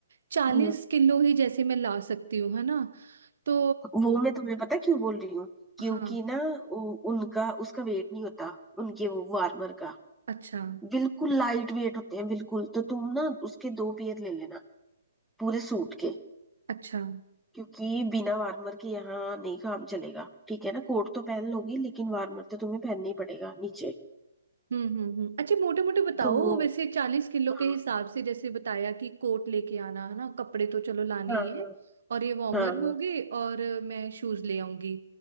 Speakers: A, on the right; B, in the centre.
A: चालीस
B: हम्म,
A: किलो ही जैसे मैं ला सकती हूँ है ना तो
B: वो मैं तुम्हें पता क्यों बोल रही हूँ क्योंकि
A: हाँ
B: ना उ- उनका उसका वेट नहीं होता उनके वो वार्मर का
A: अच्छा
B: बिल्कुल लाइट वेट होते हैं बिल्कुल तो तुम ना उसके दो पेयर ले लेना पूरे सूट के
A: अच्छा
B: क्योंकि बिना वार्मर के यहाँ नहीं काम चलेगा ठीक है ना कोट तो पहन लोगी लेकिन वार्मर तो तुम्हें पहनना ही पड़ेगा नीचे
A: हम्म हम्म हम्म। अच्छा मोटे मोटे बताओ
B: तो वो
A: वैसे चालीस किलो
B: हाँ
A: के हिसाब से जैसे बताया कि कोट लेके आना है ना कपड़े तो चलो लाने
B: हाँ
A: ही है और ये वार्मर
B: हाँ
A: हो गए और मैं शूज ले आऊंगी